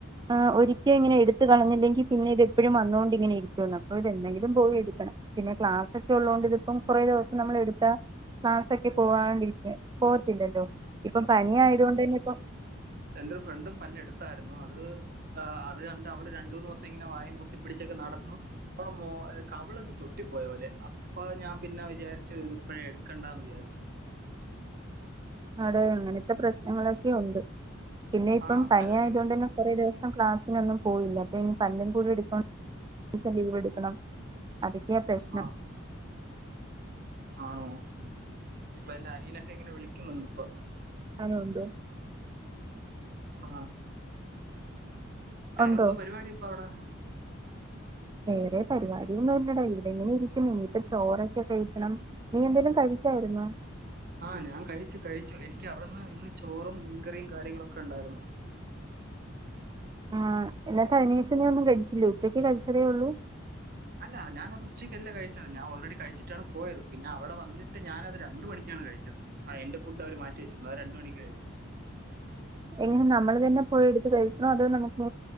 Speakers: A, on the right; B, on the right.
A: ആഹ് ഒരിക്ക ഇങ്ങനെ എടുത്ത് കളഞ്ഞില്ലെങ്കിൽ പിന്നെ ഇത് എപ്പഴും വന്നൊണ്ട് ങ്ങനെ ഇരിക്കുവന്ന് അപ്പോ ഇതെന്നെങ്കിലും പോയി എടുക്കണം. പിന്നെ ക്ലാസക്കെ ഉള്ളൊണ്ട് ഇതിപ്പം കുറേ ദിവസം നമ്മൾ എടുത്താ ക്ലാസ്സൊക്കെ പോവാണ്ടിട്ട് പോവത്തില്ലല്ലോ. ഇപ്പൊ പനി ആയതുകൊണ്ട് ന്നെ ഇപ്പ
B: എന്റെ ഒരു ഫ്രണ്ടും പല്ല് എടുത്തായിരുന്നു. അത് അത് കണ്ട് അവള് രണ്ടൂ ന്നൊസം ഇങ്ങനെ വായം പുൊത്തിപ്പിടിച്ചൊക്കെ നടന്നു. ഓളെ മൊ അഹ് കവിളങ് ചൊട്ടിപ്പോയ പോലെ. ആഹ് ഇപ്പൊ ഞാൻ പിന്നെ വിചാരിച്ചു ഇത് ഇപ്പോ എടുക്കണ്ടാന്ന് വിചാരിച്ചു.
A: ആടെ അങ്ങനത്തെ പ്രശ്നങ്ങളൊക്കെ ഉണ്ട്. പിന്നെ ഇപ്പം
B: ആ അങ്ങനെ
A: പനി
B: ഒരു
A: ആയതു കൊണ്ടന്നെ കുറേ ദിവസം ക്ലാസ്സിനൊന്നും പോയില്ല. അപ്പൊ ഇനി പല്ലും കൂടി എടുക്കണസം ലീവ് എടുക്കണം. അതൊക്കെയാ പ്രശ്നം.
B: ആ ആണോ. ഇനിയിപ്പ എന്റെ അനിയനൊക്കെ ഇങ്ങനെ വിളിക്കുന്നുണ്ട് ഇപ്പൊ.
A: ആണൊ. ന്ധോ
B: ആഹ്! വേറെന്തോ
A: ഉണ്ടോ
B: പരിപാടി പ്പ അവിടെ.
A: വേറെ പരിപാടി ഒന്നുംല്ലടാ. ഇവിടെ ങ്ങനെ ഇരിക്കുന്നു. ഇനിയിപ്പ ചോറൊക്കെ കഴിക്കണം. നീ എന്തേലും കഴിച്ചായിരുന്നോ?
B: ആഹ് ഞാൻ കഴിച്ചു കഴിച്ചു. എനിക്ക് അവിടുന്ന് ഇന്ന് ചോറും മീൻകറിയും കാര്യങ്ങളൊക്കെ ണ്ടായിരുന്നു.
A: ആഹ് ഇല്ല കയ്ഞ്ഞീസം നീ ഒന്നും കൈച്ചില്ലേ. ഉച്ചക്ക് കൈച്ചതേ ഉള്ളു.
B: അല്ല ഞാനത് ഉച്ചയ്ക്കല്ല കഴിച്ചത്. ഞാൻ ഓൾറെഡി കഴിച്ചിട്ടാണ് പോയത്. പിന്നെ അവിടെ വന്നി ട്ട് ഞാനത് രണ്ട് മണിക്കാണ് കഴിച്ചത്. ആഹ് എന്റെ ഫുഡ് അവര് മാറ്റി വെച്ചിരുന്നു. അഹ് രണ്ട് മണിക്കാ കഴിച്ച്.
A: എങ്ങനെ നമ്മള് തന്നെ പോയി എടുത്ത് കഴിക്കണോ. അതോ നമുക്ക്.